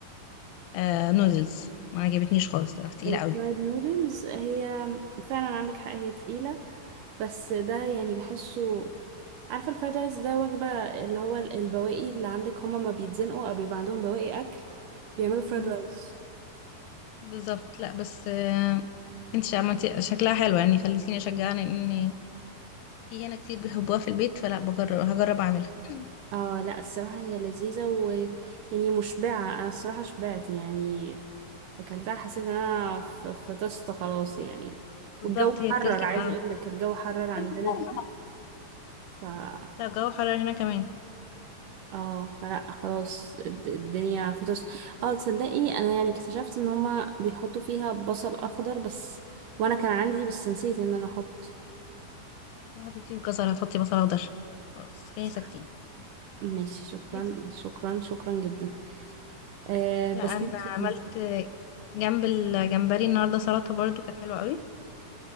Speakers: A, on the left; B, on the right.
A: آه نودلز ما عجبتنيش خالص صراحه تقيله
B: الفرايد
A: قوي
B: نودلز هي فعلا عندك حق هي تقيلة بس ده يعني بحسه عارفة الفرايد رايس ده وجبة اللي هو ال- البواقي اللي عندك هما ما بيتزنقوا أو بيبقى عندهم بواقي أكل بيعملوا فرايد
A: مم.
B: رايس
A: بالظبط لا بس آه انت عملتي شكلها حلو يعني خليتيني اشجعني ان في هنا كتير بيحبوها في البيت فلا بجرب هجرب اعملها <laughs> مم.
B: اه لا الصراحة هي لذيذة ويعني مشبعة أنا الصراحة شبعت يعني أكلتها حسيت إن أنا ف- فطست خلاص يعني
A: بالظبط
B: والجو
A: هي
B: حرر
A: بتلكم
B: عايزة
A: قوي
B: أقولك الجو حرر عندنا
A: <laughs>
B: هنا
A: لا الجو حرر هنا كمان
B: اه فلا خلاص الد- الدنيا فطس اه تصدقي انا يعني اكتشفت ان هما بيحطوا فيها بصل اخضر بس وانا كان عندي بس نسيت ان انا احط
A: انت ما حطيتيش جزر هتحطي بصل اخضر خلاص خلينا
B: صح،
A: ساكتين
B: ماشي شكرا
A: انت-
B: شكرا شكرا جدا آه بس
A: لا انا
B: كانت
A: عملت
B: لذيذة.
A: جنب الجمبري النهارده سلطه برضو كانت حلوه قوي